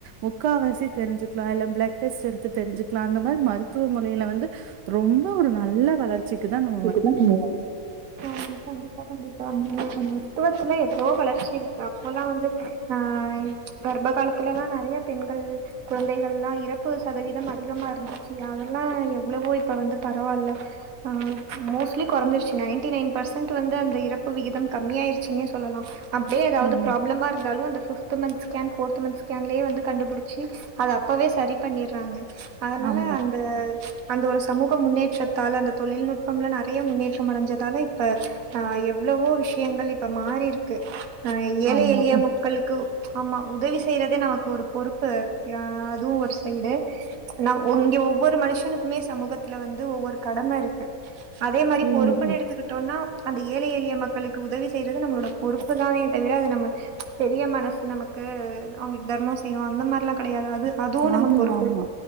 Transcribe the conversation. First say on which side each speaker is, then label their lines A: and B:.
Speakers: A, on the right (about 85°); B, on the right (about 60°).
A: முக்காவாசி தெரிஞ்சுக்லா இல்ல பிளட் டெஸ்ட் எடுத்து தெரிஞ்சுக்லா அந்த மாரி மருத்துவ முறையில வந்து ரொம்ப ஒரு நல்ல வளர் சிக்கு தானோ
B: <unintelligible> ஆ கண்டிப்பா கண்டிப்பா மருத்துவத்துல எவ்ளோ வளர்ச்சி இருக்கு அப்பல்லா வந்து ஆ கர்ப காலத்துலல்லா நறைய பெண்கள் கொழந்தைகள்லா இறப்பு சதவீதம் அதிகமா இருந்துச்சு அதெல்லா எவ்ளவோ இப்ப வந்து பரவால்ல ஆ மோஸ்ட்லி கொறைஞ்சிருச்சு நையன்டி நைன் பர்சன்ட்டு வந்து அந்த இறப்பு விகிதம் கம்மியாயிருச்சுனே சொல்லலாம் அப்டியே ஏதாது
A: ம்.
B: ப்ராப்ளமா இருந்தாலு அந்த two month scan fourth month ஸ்கேன்லயே வந்து கண்டுபுடிச்சி அத அப்பவே சரி பண்ணிறாங்க அதனால
A: ஆமா,
B: அந்த அந்த ஒரு சமூக முன்னேற்றத்தால அந்த தொழில்நுட் பம்ல நெறைய முன்னேற்றம் அடஞ்சதால இப்ப ஆ எவ்ளவோ விஷயங்கள் இப்ப மாறிருக்கு அ ஏழை
A: ஆமா.
B: எழிய
A: ம்,
B: மக் களுக்கு ஆமா உதவி செய்றதே நமக்கு ஒரு பொறுப்பு யா அதுவு ஒரு சைடு நா இங்க ஒவ்வொரு மனுஷனுக்குமே சமூகத்துல வந்து ஒவ்வொரு கடமருக்கு அதே மாரி
A: ம்,
B: பொறுப்புன்
A: ம்.
B: எடுத் த்துக்கிட்டோனா அந்த ஏழை எளிய மக்களுக்கு உதவி செய்றது நம்ளோட பொறுப்பு தானே தவிர அத நம்ம பெரிய மனசு நமக்கு அவங்களுக் தர்மம் செய்றோ அந்த மாரில்லாம் கெடையாது அது அதுவு
A: ஆமா
B: நமக்கு ஒரு
A: ஆமா
B: பொறுப்பு